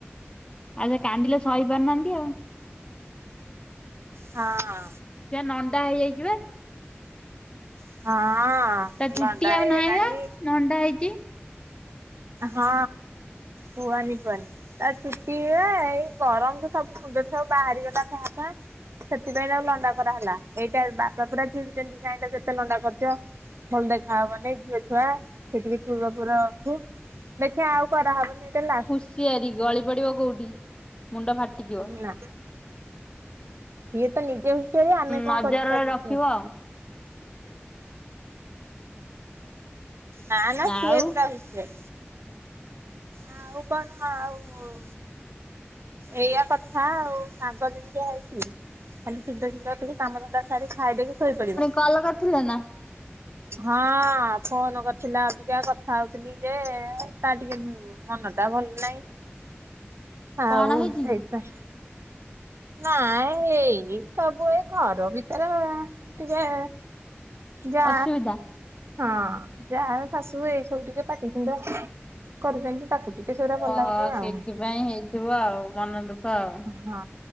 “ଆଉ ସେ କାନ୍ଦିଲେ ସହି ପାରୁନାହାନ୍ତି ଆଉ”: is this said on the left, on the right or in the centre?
Left